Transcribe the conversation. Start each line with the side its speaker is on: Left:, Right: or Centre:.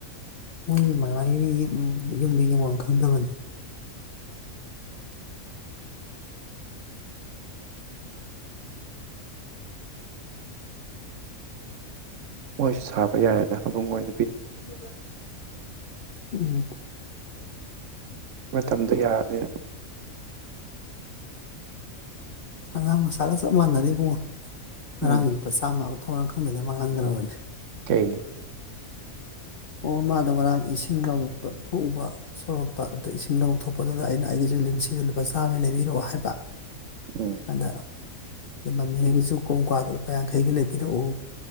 Left: ꯃꯣꯏ ꯃꯥꯃꯥꯢꯑꯣꯏꯒꯤ ꯎꯝ ꯌꯨꯝꯗꯤ ꯌꯦꯡꯕꯝ ꯈꯪꯗꯕꯅꯤ꯫
Right: ꯃꯣꯏꯁꯨ ꯁꯥꯒꯠꯄ ꯌꯥꯔꯦꯗ ꯑꯕꯨꯡ ꯍꯣꯏ
Left: <unintelligible> ꯎꯝ꯫
Right: ꯃꯇꯝꯗꯣ ꯌꯥꯔꯕꯅꯤꯅ꯫
Left: ꯑꯉꯥꯡꯃꯆꯥꯒ ꯆꯞ ꯃꯥꯅꯔꯤ ꯏꯕꯨꯡꯉꯣ꯫ ꯉꯔꯥꯡ
Right: ꯎꯝ
Left: ꯂꯨꯄꯥ ꯆꯃ ꯑꯃ ꯃꯐꯝ ꯃꯥꯔꯟ ꯈꯪꯗꯥꯃꯩ ꯃꯪꯍꯟꯈꯔ꯭ꯕꯅꯤ
Right: ꯀꯔꯤꯒꯤ
Left: ꯐ ꯃꯗꯣ ꯉꯥꯔꯟ ꯑꯦꯁꯤꯪ ꯂꯩꯕ ꯇꯣꯀꯨꯕ ꯁꯣꯔꯣꯛꯇ ꯑꯗꯥ ꯑꯦꯁꯤꯡ ꯂꯧ ꯊꯣꯛꯄꯗꯨꯗ ꯑꯩꯅꯥ ꯑꯩꯒꯤꯁꯨ ꯂꯤꯃꯁꯤꯗꯨ ꯂꯨꯞ ꯆꯥꯃꯩ ꯂꯩꯔꯀ ꯑꯣ ꯍꯥꯌꯕ
Right: ꯎꯝ
Left: ꯑꯗ ꯃꯃꯥꯌꯥꯏ ꯒꯤꯖꯨ ꯀꯣꯡ ꯀꯥꯋ꯭ꯗꯣ ꯂꯨꯄꯥ ꯌꯥꯡꯈꯩꯒꯤ ꯂꯩꯕꯤꯔꯛ ꯑꯣ